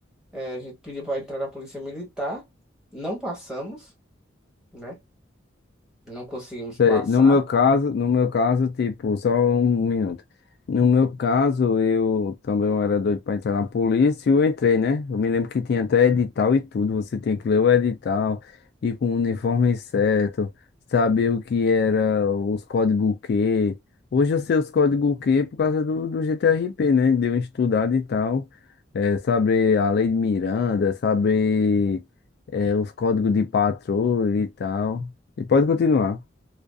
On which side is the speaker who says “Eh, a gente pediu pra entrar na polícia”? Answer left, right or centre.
Centre